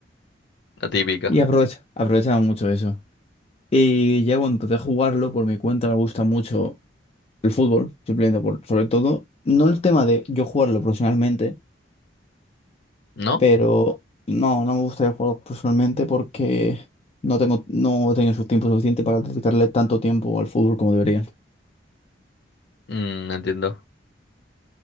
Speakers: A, on the left; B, on the left.
A: La típica,
B: Y aprovecha, aprovechaba mucho eso. Y ya cuando empecé a jugarlo, por mi cuenta me gusta mucho el fútbol, simplemente por, sobre todo, no el tema de yo jugarlo profesionalmente,
A: ¿no?
B: pero no, no me gustaría jugar profesionalmente porque no tengo, no he tenido su tiempo suficiente para dedicarle tanto tiempo al fútbol como debería.
A: Mm, entiendo.